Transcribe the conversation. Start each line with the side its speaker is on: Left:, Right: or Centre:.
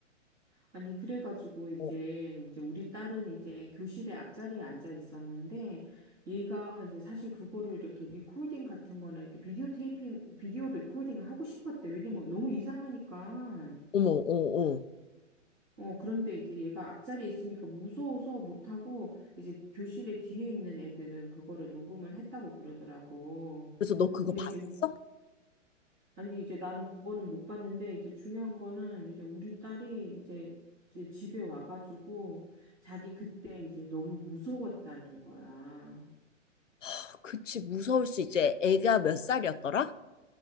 Centre: 아니, 그래가지고 이제,
Left: 어,
Centre: 이제 우리 딸은 이제 교실에 앞자리에 앉아 있었는데, 얘가 이제 사실 그거를 이렇게 리코딩 같은 거나 이렇게 비디오 테이핑, 비디오 리코딩을 하고 싶었대. 왜냐면 너무 이상하니까.
Left: 어머, 어, 어.
Centre: 어, 그런데 이제 얘가 앞자리에 있으니까 무서워서 못하고, 이제 교실에 뒤에 있는 애들은 그거를 녹음을 했다고 그러더라고.
Left: 그래서 너 그거
Centre: 근데
Left: 봤어?
Centre: 이제 우리 아니, 이제 나는 그거는 못 봤는데, 이제 중요한 거는 이제 우리 딸이 이제, 이제 집에 와가지고 자기 그때 이제 너무 무서웠다는 거야.
Left: 아, 그치, 무서울 수 있지. 애가 몇 살이었더라?